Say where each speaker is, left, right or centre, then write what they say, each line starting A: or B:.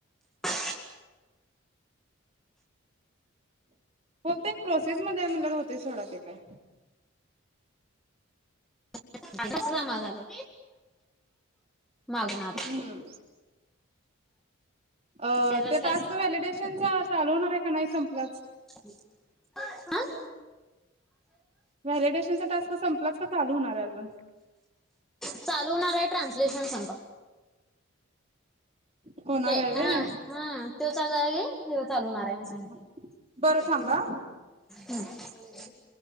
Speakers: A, in the centre; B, on the right.
A: <inaudible>
B: होतेय प्रोसेसमध्ये आहे म्हणल्यावर होतय सोडा ते काय.
A: <unintelligible> समाज आला मागुन आता.
B: हम्म
A: <inaudible>
B: अ
A: त्याचच
B: ते
A: काय
B: टास्क व्हॅलिडेशनचा चालू होणारे का नाही संपलाच?
A: अ. आ <inaudible>
B: व्हॅलिडेशनचा टास्क संपलाच का चालू होणार आहे अजून?
A: चालू होणारे ट्रान्सलेशन सांग.
B: होणार
A: ते
B: आहे व्हय
A: हा हा त्यो चालू झाला की, हो चालू
B: हम्म
A: होणारे म्हणून
B: हम्म
A: सांगितलय.
B: बरं थांबा हा.
A: हम्म.